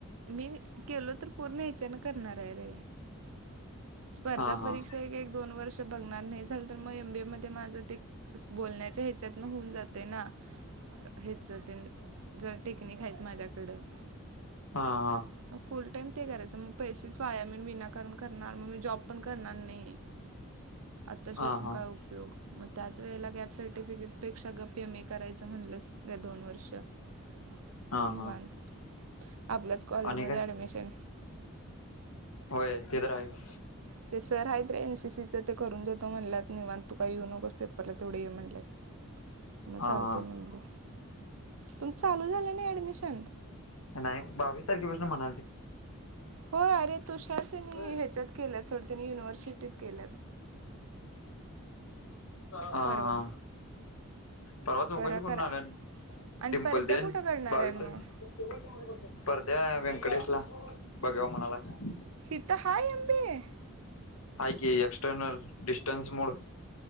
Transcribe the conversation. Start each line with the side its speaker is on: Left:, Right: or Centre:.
Right: मी केलो तर पूर्ण याच्यान करणार आहे रे. स्पर्धा
Left: हा हा
Right: परीक्षा एक एक दोन वर्ष. बघ नाही तर मग एमबी मध्ये माझ ते बण्याच्या ह्याच्या होऊन जाते ना ह्याच ते जरा टेक्निक आहेत माझ्याकडं.
Left: हा हा.
Right: मग फुल टाइम ते करायचं मग पैसेच वाया मी विनाकारण करणार मग मी जॉब पण करणार न्हय मी आता
Left: हा
Right: शिकून
Left: हा
Right: काय उप मग त्याच वेळेला गॅप सर्टिफिकेट पेक्षा गप एम ए करायचं म्हणलीस या दोन वर्षात
Left: हा
Right: निवांत
Left: हा
Right: आपल्याच कॉलेज
Left: आणि
Right: मध्ये
Left: काय
Right: ऍडमिशन
Left: होय ते तर आहेच
Right: ते सर हाइत रे एनसीसी च ते करून देतो म्हणल्यात निवांत तू काय येऊ नकोस पेपरला तेवढे ये म्हणल्यात मग
Left: हा
Right: चालतेय
Left: हा
Right: म्हणल तुमच चालू झालं नाही ऍडमिशन
Left: नाय बावीस तारखेपासून म्हणालतीत
Right: हो अरे तुषार तेन
Left: हो
Right: ह्याच्यात केल्या सोड तीन युनिव्हर्सिटीत केल्यात
Left: हा
Right: परवा
Left: हा परवा चौकशी
Right: करा
Left: करून
Right: करा
Left: आल्यात
Right: आणि
Left: डिम्पल
Right: परत्या
Left: तेन
Right: कुठं करणार
Left: बावीस
Right: आहे मग
Left: तारखे परत्या व्यंकटेश ला बघ्याव म्हणालाय
Right: हितं हाय मबीए
Left: हाय की एक्स्टर्नल डिस्टनस मोूड